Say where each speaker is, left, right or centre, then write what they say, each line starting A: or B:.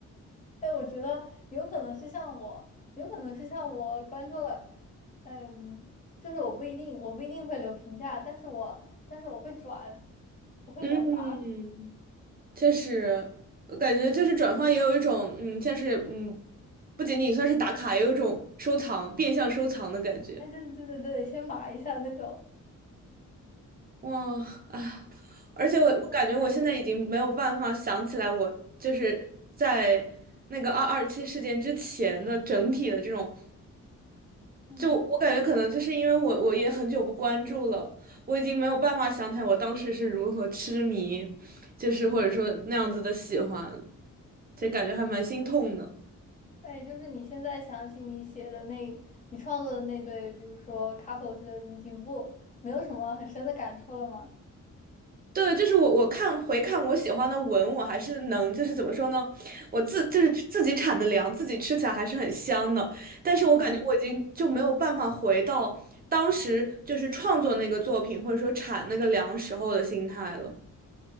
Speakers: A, on the left; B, on the right.
A: 哎，我觉得有可能是像我，有可能是像我关注了，嗯，就是我不一定，我不一定会留评价，但是我但是我会转，
B: <laughs>
A: 我会转发。
B: 嗯，确实，我感觉就是转发也有一种嗯，像是嗯，不仅仅算是打卡，也有一种收藏，变相收藏的感觉。
A: 哎，对对对对对，先码一下那种。
B: 哇啊！而且我我感觉我现在已经没有办法想起来，
A: 哎，不过，嗯
B: 我就是在那个二二七事件之前的整体的这种，
A: 嗯，
B: 就我感觉可能就是因为我我也很久不关注了，我已经没有办法想起来我当时是如何痴迷，就是或者说那样子的喜欢，就感觉还蛮心痛的。
A: 哎，就是你现在想起你写的那，你创作的那对，比如说 couple 之类的，你已经不没有什么很深的感触了吗？
B: 对，就是我，我看回看我喜欢的文，我还是能，就是怎么说呢，我自就是自己产的粮，自己吃起来还是很香的。但是我感觉我已经就没有办法回到当时就是创作那个作品，
A: 嗯。
B: 或者说产那个粮时候的心态了。